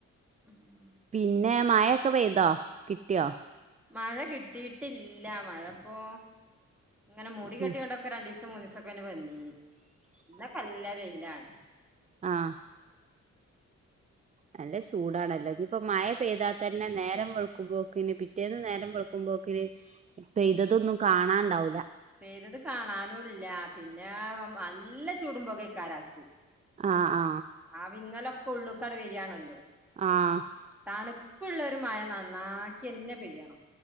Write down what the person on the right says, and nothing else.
പിന്നെ മഴൊക്കെ പെയ്തോ? കിട്ടിയോ?
ഉം
ആഹ നല്ല ചൂടാണല്ലോ ഇനിയിപ്പോ മഴ പെയ്താ ത്തന്നെ നേരം വെള്ക്കുമ്പോക്ക്ന് പിറ്റേന്ന് നേരം വെളും ക്കുമ്പോക്ന് പെയ്തതൊന്നും കാണാണ്ടാവൂല
ആ ആ
ആ